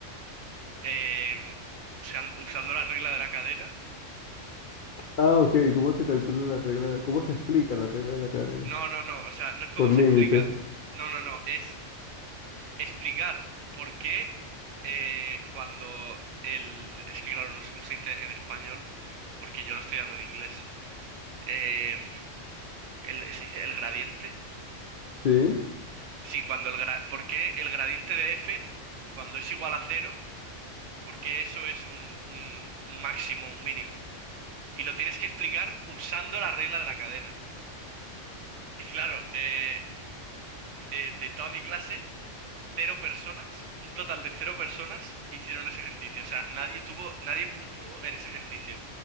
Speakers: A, on the right; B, on the left.
A: eh, usan- usando la regla de la cadena.
B: Ah, ok, ¿cómo se calcula la regla? de- ¿Cómo se explica la regla de la cadena?
A: No, no, no, o sea, no es como
B: por
A: se
B: límites,
A: explica. No, no, no, es explicar por qué eh, cuando el... Es que claro, no sé cómo se dice en español, porque yo lo estoy dando en inglés. Em, el, ¿se dice el gradiente?
B: sí.
A: Sí, cuando el gra- ¿por qué el gradiente de f, cuando es igual a cero, por qué eso es un, un- un máximo, un mínimo? Y lo tienes que explicar usando la regla de la cadena. Y claro, eh, eh, de toda mi clase, cero personas, un total de cero personas hicieron ese ejercicio. O sea, nadie tuvo, nadie puntuó en ese ejercicio.